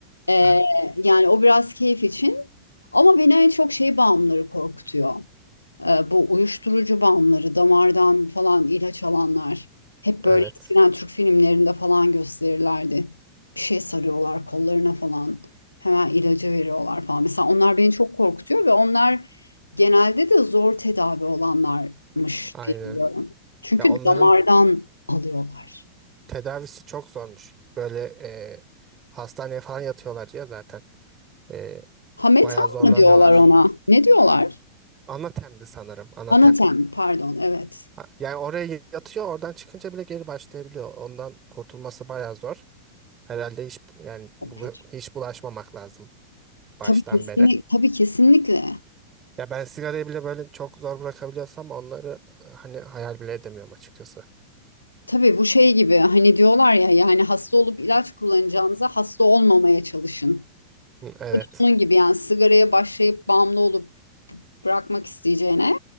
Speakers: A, on the left; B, on the right.
A: Ee,
B: Aynen.
A: yani o biraz keyif için. Ama beni en çok şey bağımlıları korkutuyor. Ee, bu uyuşturucu bağımlıları, damardan falan ilaç alanlar. Hep
B: Evet.
A: böyle eskiden Türk filmlerinde falan gösterirlerdi. Bir şey sarıyorlar kollarına falan. Hemen ilacı veriyorlar falan. Mesela onlar beni çok korkutuyor ve onlar genelde de zor tedavi olanlarmış
B: Aynen.
A: diye biliyorum. Çünkü
B: Ya onların
A: damardan alıyorlar.
B: tedavisi çok zormuş. Böyle e, hastaneye falan yatıyorlar ya zaten. E,
A: Hametan
B: Bayağı zorlanıyorlar.
A: mı diyorlar ona? Ne diyorlar?
B: Anatem'di sanırım. Anatem.
A: Anatem, pardon, evet.
B: Ha, Yani oraya yatıyor, oradan çıkınca bile geri başlayabiliyor. Ondan kurtulması bayağı zor. Herhalde hiç yani bulu-
A: Çok kötü.
B: hiç bulaşmamak lazım baştan
A: Tabii kesinlikle,
B: beri.
A: tabii kesinlikle.
B: Ya ben sigarayı bile böyle çok zor bırakabiliyorsam onları e, hani hayal bile edemiyorum açıkçası.
A: Tabii bu şey gibi hani diyorlar ya yani hasta olup ilaç kullanacağınıza hasta olmamaya çalışın.
B: Hı, evet.
A: Bu da onun gibi yani sigaraya başlayıp bağımlı olup bırakmak isteyeceğine